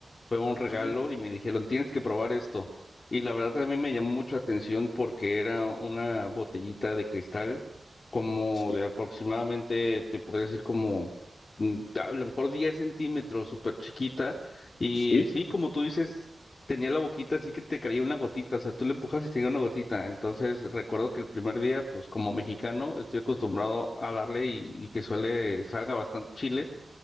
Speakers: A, on the left; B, on the left.
A: fue un regalo
B: Ah,
A: y me dijeron, tienes que probar esto. Y la verdad también me llamó mucho la atención porque era una botellita de cristal, como
B: sí,
A: de aproximadamente, te podría decir como mm, a lo mejor 10 centímetros, súper chiquita. Y
B: sí.
A: sí, como tú dices, tenía la boquita así que te caía una gotita, o sea, tú le empujas y te caía una gotita. Entonces recuerdo que el primer día, pues como mexicano, estoy acostumbrado a darle y, y que suele salga bastante chile